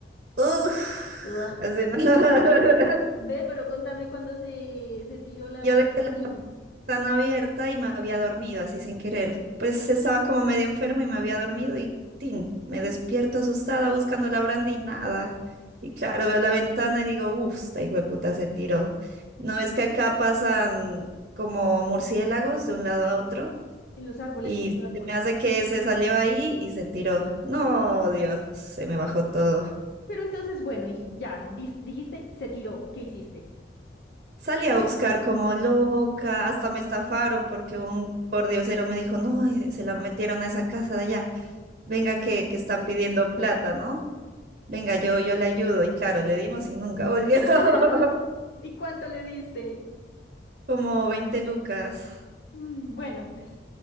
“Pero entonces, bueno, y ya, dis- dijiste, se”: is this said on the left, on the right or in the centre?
Left